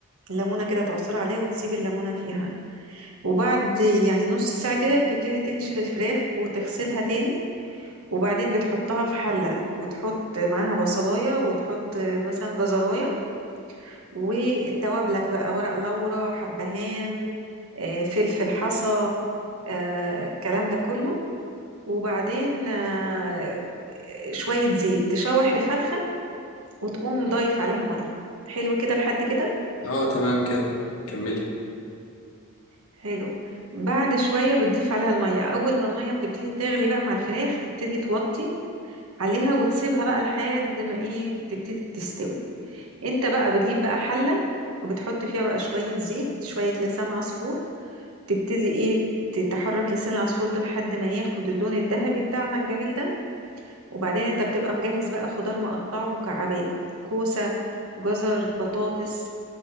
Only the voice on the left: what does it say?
اه تمام كده كملي